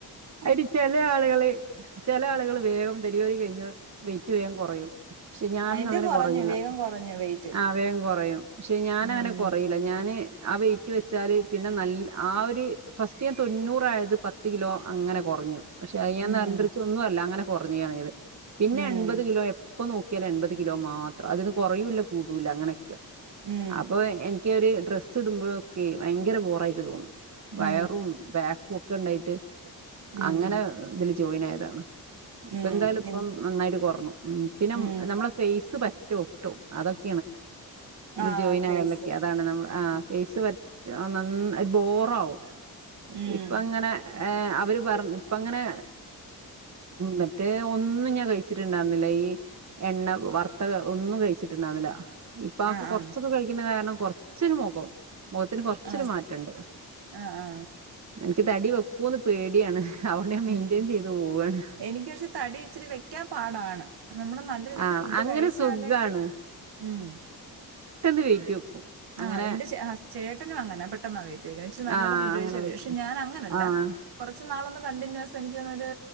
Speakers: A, on the right; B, on the right.
A: അതിര് ചില ആളുകള് ചില ആളുകൾ വേഗം ഡെലിവറി കഴിഞ്ഞ വെയിറ്റ് വേഗം കുറയും പക്ഷെ ഞാനൊന്നും
B: ആ എന്റെ
A: അങ്ങനെ
B: കുറഞ്ഞു
A: കൊറയില്ല
B: വേഗം കുറഞ്ഞു വെയിറ്റ്
A: അവരും കൊറയും പക്ഷെ ഞാനങ്ങനെ
B: ഉം
A: കൊറയില്ല ഞാന് ആ വെയിറ്റ് വെച്ചാല് പിന്നെ നല്ല ആ ഒരു ഫസ്റ്റ് ഞാൻ തൊണ്ണൂറായത് പത്ത് കിലോ അങ്ങനെ കുറഞ്ഞു പക്ഷെ അയ്യൻ
B: ഉം
A: നരിയന്ത്രിച്ച ഒന്നുമല്ല അങ്ങനെ <unintelligible> പിന്നെ
B: ഉം
A: എൺപത് കിലോ ഇപ്പൊ നോക്കിയാല് എൺപത് കിലോ മാത്രം അതിൊന്ന് കുറയൂല്ല കൂടൂല അങ്ങനെയൊക്കെ
B: ഉം
A: അപ്പൊ എനിക്കൊരു ഡ്രസ്സ് ഇടുമ്പോഴൊക്കെ ഭയങ്കര ബോറായിട്ട് തോന്നും
B: ഉം
A: വയറും ബാക്കും ഒക്കെ ഉണ്ടായിട്ട്
B: ഉം
A: അങ്ങനെ വിള ജോയിൻ ആയതാണ് ഇപ്പ
B: ഉം
A: എന്തായാലും ഇപ്പം
B: ഉം
A: നന്നായിട്ട് കൊറഞ്ഞു പിന്നെ
B: ഉം
A: നമ്മളെ ഫേസ് ട്ടും അതൊക്കെ ാണ് ഇ
B: ആ
A: ജോയിൻ
B: ഫേസ്
A: ആയുള്ളക്കെ അതാണ് നമ്മൾ ആ പേസ് പറ്റ നന്ന ബോറ ആാവവും
B: ഉം
A: ഇപ്പൊ ഇങ്ങനെ ഏ അവര് പറഞ്ഞ ഇപ്പ അങ്ങനെ മറ്റേ ഒന്നും ഞാൻ കഴിച്ചിട്ടുണ്ടായിരുന്നില്ല ഈ എണ്ണ വറുത്ത ഒന്നും കഴിച്ചിട്ടുണ്ടാവുന്നില്ല ഇപ്പാ
B: ആ
A: കുറച്ചൊക്കെ
B: ആ
A: കഴിക്കുന്ന കാരണം ച്ചൊരു മുഖം മുഖത്തിന് കൊറച്ചൊരു
B: ആ
A: മാറ്റെണ്ട്
B: ആ ആ
A: എനിക്ക് തടി വെക്കൂന്ന് പേടിയാണ് അതുകൊണ്ട് ഞാൻ മെയിന്റെയിൻ
B: ഉം
A: ചെയ്ത് പോവാണ്
B: എനിക്ക് പക്ഷെ തടി ഇച്ചിരി വെക്കാൻ പാടാണ് നമ്മള് നല്ലരീതിക്കു എനിക്ക്
A: ആ
B: ഫുഡ്
A: അങ്ങനെ
B: കഴിച്ചാലേ
A: സുഖാണ്
B: ഉം
A: ട്ടെന്ന് വെയിറ്റ് വെക്കും
B: ആ
A: അങ്ങനെ
B: എന്റെ ചെ ഹസ് ചേട്ടനും അങ്ങന ബട് ട്ടെന്ന വെയ് <unintelligible> ച്ച് നല്ല
A: ആഹ്
B: ഫുഡ്
A: അങ്ങനെ
B: കഴിച്ചാ വക്ഷെഞാൻ
A: വെക്കും
B: അങ്ങനല്ല
A: ആഹ്
B: കുറച്ച് നാളൊന്നു കണ്ടിന്യൂസ് എനിക്ക്ന്ന ഒരു